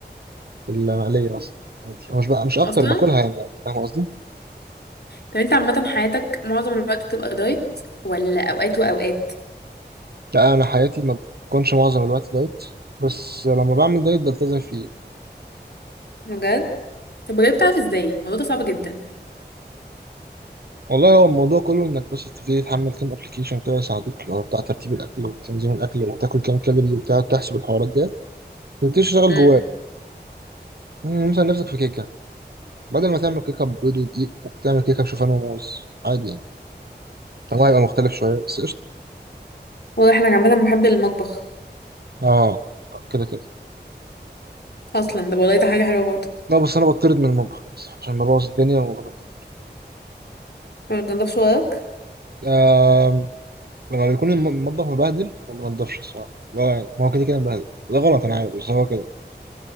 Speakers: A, on the right (about 60°); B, on the left (about 65°).
A: المقلية مثلا عادي أو مش بقى مش أكتر
B: أصلا
A: باكلها يعني عادي فاهم قصدي؟
B: طب أنت عامة حياتك معظم الوقت بتبقى دايت ولا أوقات وأوقات
A: لا أنا حياتي ما بتكونش معظم الوقت دايت بس لما بعمل دايت بلتزم فيه
B: بجد طب بجد بتعرف إزاي الموضوع ده صعب جدا
A: والله هو الموضوع كله انك بس تبتدي تحمل كام ابلكيشن كده يساعدوك اللي هو بتاع ترتيب الاكل وتنظيم الاكل وتاكل كام كالوري وبتاع تحسب الحوارات ديت تبتدي تشتغل
B: امم
A: جواه مم، مثلا نفسك في كيكة بدل ما تعمل كيكة بيض ودقيق ممكن تعمل كيكة بشوفان وموز عادي يعني هو هيبقى مختلف شوية بس قشطة
B: واضح إنك عامة محب للمطبخ
A: اه آه، كده كده
B: أصلا ده والله ده حاجة حلوة برضه
A: لا بس أنا بطرد من المطبخ للأسف، عشان ببوظ الدنيا وبنضف
B: ما بتنضفش وراك
A: آه لما بيكون الم- المطبخ مبهدل ما بنضفش الصراحة لا يعني ما هو كده كده مبهدل ده غلط أنا عارف بس هو كده